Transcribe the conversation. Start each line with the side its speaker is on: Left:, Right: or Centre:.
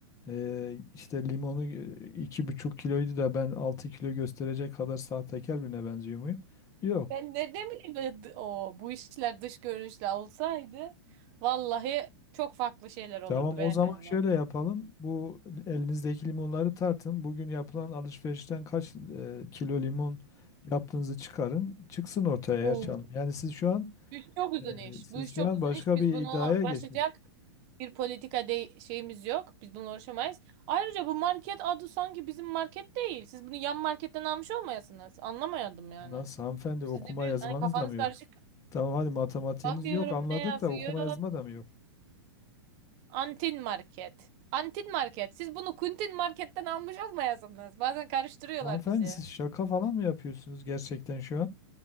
Left: e, işte limonu e, iki buçuk kiloydu da ben 6 kilo gösterecek kadar sahtekar birine benziyor muyum? Yok.
Right: Ben nereden bileyim böyle d- o bu işler dış görünüşle olsaydı vallahi çok farklı şeyler olurdu
Left: Tamam
Right: beyefendi.
Left: o zaman şöyle yapalım. Bu elinizdeki limonları tartın. Bugün yapılan alışverişten kaç e, kilo limon yaptığınızı çıkarın. Çıksın ortaya eğer
Right: Hmm.
Left: çalın. Yani siz şu an
Right: Bu iş çok uzun
Left: e,
Right: iş.
Left: siz
Right: Bu iş
Left: şu
Right: çok
Left: an
Right: uzun
Left: başka
Right: iş. Biz
Left: bir
Right: bununla
Left: iddiaya
Right: uğraşacak
Left: geçmiş.
Right: bir politika de şeyimiz yok. Biz bununla uğraşamayız. Ayrıca bu market adı sanki bizim market değil. Siz bunu yan marketten almış olmayasınız. Anlamayadım yani.
Left: Nasıl hanımefendi
Right: Sizde
Left: okuma
Right: bir
Left: yazmanız
Right: hani kafanız
Left: da mı yok?
Right: karışık.
Left: Tamam hadi matematiğiniz
Right: Bakıyorum
Left: yok anladık
Right: ne yazıyor?
Left: da okuma yazma da mı yok?
Right: Antin market. Antin market. Siz bunu kuntin marketten almış olmayasınız. Bazen karıştırıyorlar
Left: Hanımefendi
Right: bizi.
Left: siz şaka falan mı yapıyorsunuz gerçekten şu an?